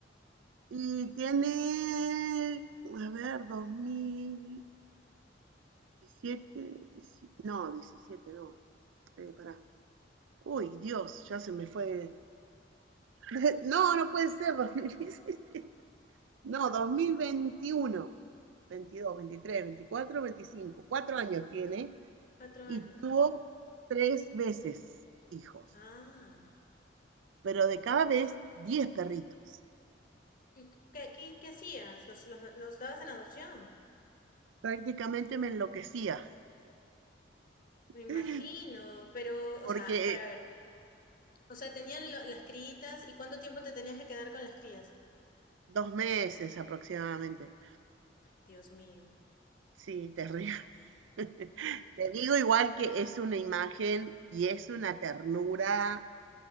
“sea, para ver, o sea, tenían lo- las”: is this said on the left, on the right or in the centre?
Left